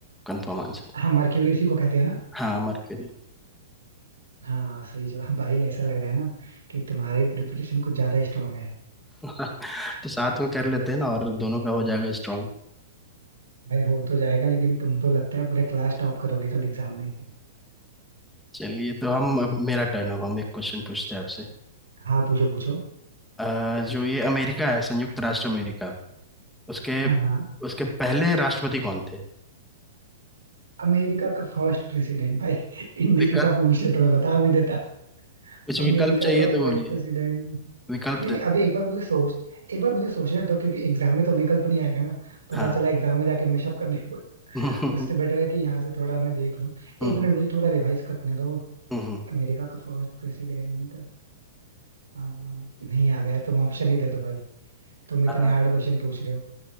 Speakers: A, in the centre; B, on the right.
A: कंफर्म आंसर
B: हाँ मरक्यूरी उसी को कहते हैं ना
A: हाँ मरकरी
B: हाँ सही जवाब भाई ऐसा लग रहा है ना कि तुम्हारी प्रिपरेशन कुछ ज्यादा स्ट्रांग है
A: <laughs> तो साथ में कर लेते हैं ना और दोनों का हो जाएगा स्ट्रांग
B: भाई हो तो जाएगा लेकिन तुम तो लगता है पूरे क्लास टॉप करोगे कल एग्जाम में
A: चलिए तो हम अब मेरा टर्न अब हम एक क्वेश्चन पूछते हैं आपसे
B: हाँ पूछो पूछो
A: अ, जो ये अमेरिका है संयुक्त राष्ट्र अमेरिका उसके
B: हाँ हाँ
A: उसके पहले राष्ट्रपति कौन थे
B: अमेरिका का फर्स्ट प्रेसिडेंट भाई <laughs> इंडिया
A: विकल्प
B: का पूछते तो मैं बता भी देता
A: कुछ
B: अमेरिका
A: विकल्प चाहिए
B: का फर्स्ट
A: तो बोलिए
B: प्रेसिडेंट
A: विकल्प
B: नहीं नहीं
A: दे दे।
B: अभी एक बार मुझे सोच एक बार मुझे सोचने दो क्योंकि एग्जाम में तो विकल्प नहीं आएगा ना पता
A: हाँ
B: चला एग्जाम में जाके मैशअप कर दिया <laughs> कोई
A: <laughs> हम्म
B: उससे बेटर है कि यहाँ से थोड़ा मैं देख लूँ एक
A: हम्म
B: मिनट मुझे थोड़ा रिवाइज करने दो
A: हम्म।
B: अमेरिका का फर्स्ट प्रेसिडेंट नहीं याद है तुम ऑप्शन ही दे दो भाई तुम इतने
A: अ,
B: हार्ड क्वेश्चन पूछ रहे हो